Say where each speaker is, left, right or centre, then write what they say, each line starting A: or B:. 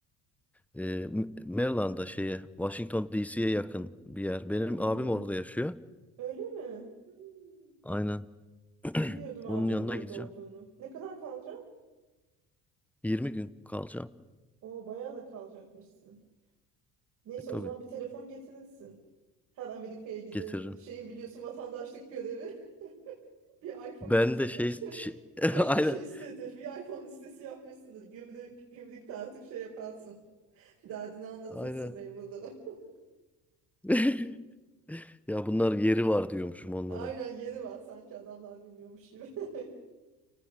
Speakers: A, in the centre; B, on the right (about 60°).
A: E, M- Maryland'da şeye, Washington DC'ye yakın bir yer.
B: Hmm,
A: Benim abim orada yaşıyor.
B: öyle mi? Hmm,
A: Aynen. <clears throat>
B: Bilmiyordum abinin
A: Onun yanına
B: orada
A: gideceğim.
B: olduğunu. Ne kadar kalacağım?
A: 20 gün kalacağım.
B: Oo, bayağı da kalacakmışsın. Neyse
A: E tabii
B: o zaman bir telefon getirirsin. Her Amerika'ya giden
A: getiririm.
B: şeyin biliyorsun vatandaşlık görevi <laughs> bir iPhone
A: Ben
B: getirmek.
A: de şey, şey-
B: <laughs>
A: <laughs>
B: Kaç
A: aynen.
B: kişi istedi? Bir iPhone listesi yapmışsındır. Gümrük, gümrükte artık şey yaparsın. <laughs> Derdini anlatırsın
A: Aynen.
B: memurlara. <laughs>
A: <laughs> Ya bunlar yeri var diyormuşum onlara.
B: Aynen yeri var sanki adamlar bilmiyormuş gibi. <laughs>